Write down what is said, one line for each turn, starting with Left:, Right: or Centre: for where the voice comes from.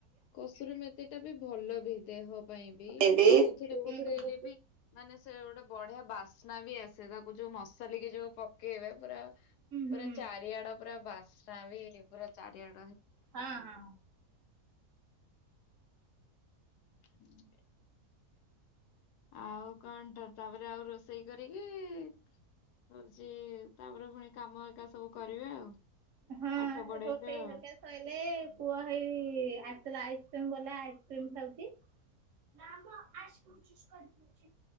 Left: କସୁରୀ ମେଥିଟା ବି ଭଲ ବି ଦେହ ପାଇଁ ବି
Right: ହୁଁ ହୁଁ
Left: ଯଉଥରେ ପକେଇଲେ
Right: ହୁଁ
Left: ବି ମାନେ ସେ ଗୋଟେ ବଢିଆ ବାସ୍ନା ବି ଆସେ ତାକୁ ଯୋଉ ମସଲିକ ଯୋଉ ପକେଇବେ ପୁରା
Right: ହୁଁ
Left: ପୁରା ଚାରିଆଡେ ପୁରା ବାସ୍ ନାବି ପୁରା ଚାରିଆଡେ
Right: ହଁ ହଁ
Left: ହୁଁ। ଆଉ କଣ ତ ତାପରେ ଆଉ ରୋଷେଇ କରିକି ହଉଛି ତାପରେ ପୁଣି କାମ ଏକା ସବୁ କରିବେ ଆଉ।
Right: ହଁ
Left: ପାଠ ପଢେଇବେ
Right: ରୋଷେଇ
Left: ଆଉ।
Right: ହରକା ସଇଲେ ପୁଅ ହେଇ ଆସିଲା ଆଇସ୍କ୍ରିମ ଗଲା ଆଇସ୍କ୍ରିମ ଖାଉଛି। ନା ମ <unintelligible>